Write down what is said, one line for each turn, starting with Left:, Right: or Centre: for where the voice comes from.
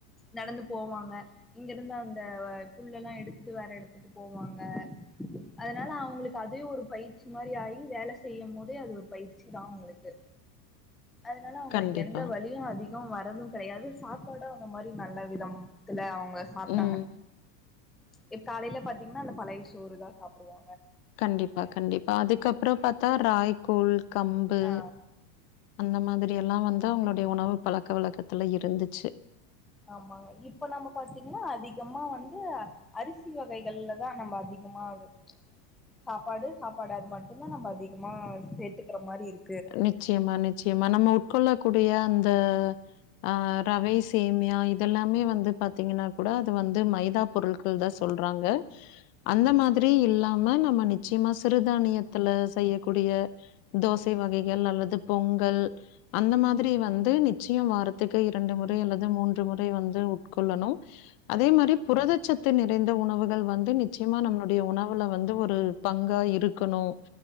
Centre: நடந்து போவாங்க இங்க இருந்து அந்த புல்லல்லா எடுத்துட்டு வேற இடத்துக்கு போவாங்க அதனால அவங்களுக்கு அதே ஒரு பயிற்சி மாதிரி ஆகி வேலை செய்யும் போதே அது ஒரு பயிற்சிதா அவங்களுக்கு அதனால அவங்களுக்கு
Left: கண்டிப்பா.
Centre: எந்த வலியும் அதிக வும் வரதும் கிடையாது சாப்பாடும் அந்த மாரி நல்ல விதம் த்துல அவங் ங்க சாப்டாங்க
Left: ம்.
Centre: இப் காலையில பாத்தீங்ன்னா அந்த பழைய சோறு தா சாப்புடுவோ
Left: கண்டிப்பா கண்டிப்பா அதுக்கப்புற பாத்தா ராய் கூழ் கம்பு
Centre: ஆ
Left: அந்த மாதிரி எல்லா வந்து தா அங்ளுடைய உணவு பழக்க வழக்கத்துல இருந்துச்சு
Centre: ஆமாங்க இப்ப நம்ம பாத்தீங்கன்னா அதிகமா வந்து அரிசி வகைகள்லதா நம்ப அதிகமா இது சாப்பாடு சாப்பாடு அது மட்டுந்தா நம்ப அதிகமா சேத்துக்குற மாரி இருக்
Left: அ நிச்சயமா நிச்சயமா நம்ம உட்கொள்ள கூடிய அந்த ஆ ரவை சேமியா இதெல்லாமே வந்து பாத்தீங்கன்னா கூட அது வந்து மைதா பொருள்கள் தா சொல்றாங்க அந்த மாதிரி இல்லாம நம்ம நிச்சயமா சிறுதானியத்துல செய்யக்கூடிய தோஸ் வகைகள் அல்லது பொங்கல் அந்த மாதிரி வந்து நிச்சயம் வாரத்துக்கு இரண்டு முறை அல்லது மூன்று முறை வந்து உட்கொள்ளணும் அதே மாரி புரதச்சத்து நிறைந்த உணவுகள் வந்து நிச்சயமா நம்ளுடைய உணவுல வந்து ஒரு பங்கா இருக்கணும்